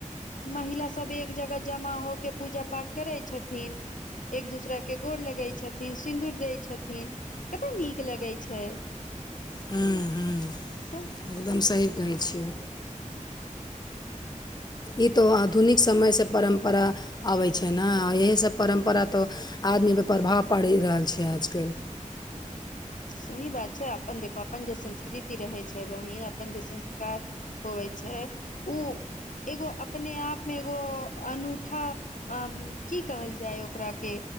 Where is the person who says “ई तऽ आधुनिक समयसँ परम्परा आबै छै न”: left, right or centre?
Left